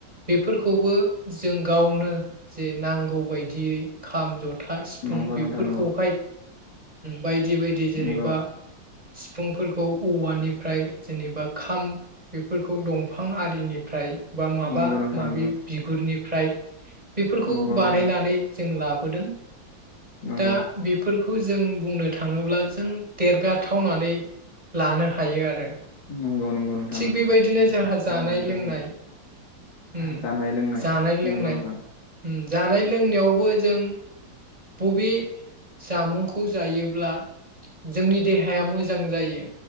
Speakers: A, on the right; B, on the left.
A: बेफोरखौबो जों गावनो जे नांगौ बायदियै खाम, जथा था सिफुं
B: नंगौ
A: बेफोरखौहाय
B: नोंथां नंगौ
A: बायदि बायदि जेनेबा
B: नंगौ
A: सिफुंफोरखौ औवानिफ्राय जेनेबा खाम बेफोरखौ खौ दंफां आरिनिफ्राय बा माबा
B: नंगौ नोंथां
A: माबि
B: नंगौ
A: बिगुरनि ओमफ्राय बेफोरखौ
B: नंगौ
A: बानायनानै
B: नोंथां
A: जों लाबोदों।
B: नंगौ
A: दा बेफोरखौ। बेखौ जों बुंनो थाङोब्ला जों देरगाथावनानै लानो हायो आरो।
B: नंगौ नंगौ नोंथां
A: थिग
B: नंगौ
A: बेबायदिनो
B: बेनि
A: जोंहा
B: जाहोनाव
A: जानाय
B: जोंनि
A: लोंनाय । उम
B: जानाय लोंनाय
A: जानाय
B: नंगौ
A: लोंनाय।
B: नोंथां
A: जानाय लोंनायावबो जों बबे जामुंखौ जायोब्ला जोंनि देहाया मोजां जायो।